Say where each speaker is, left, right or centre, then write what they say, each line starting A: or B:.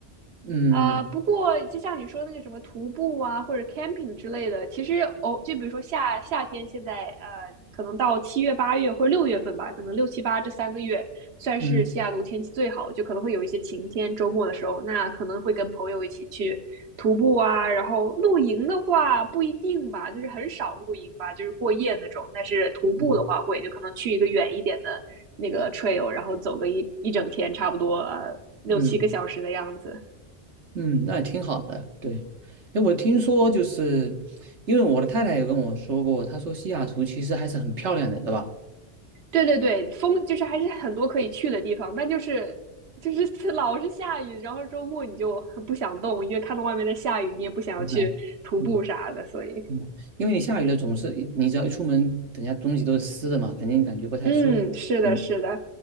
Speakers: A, on the right; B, on the right.
A: 嗯
B: 呃，不过就像你说那个什么徒步啊，或者 camping 之类的，其实哦，就比如说夏夏天，现在呃，可能到七月、八月或者六月份吧，可能六七八这三个月算是西雅图天气最好，
A: 嗯
B: 就可能会有一些晴天。周末的时候，那可能会跟朋友一起去徒步啊，然后露营的话不一定吧，就是很少露营吧，就是过夜那种。但是徒步的话会，
A: 嗯
B: 就可能去一个远一点的那个 trail，然后走个一一整天，差不多呃六七个小时的样子。
A: 嗯嗯，那也挺好的。对，哎，我听说就是，因为我的太太也跟我说过，她说西雅图其实还是很漂亮的，对吧？
B: 对对对，风就是还是很多可以去的地方，但就是就是 <laughs> 老是下雨，然后周末你就很不想动，因为看到外面在下雨，你也不想要去徒步啥的，
A: 明白。嗯
B: 所以
A: 嗯，因为你下雨了，总是你只要一出门，等下东西都是湿的嘛，肯定感觉不太舒服。
B: 嗯，是的，
A: 嗯。
B: 是的。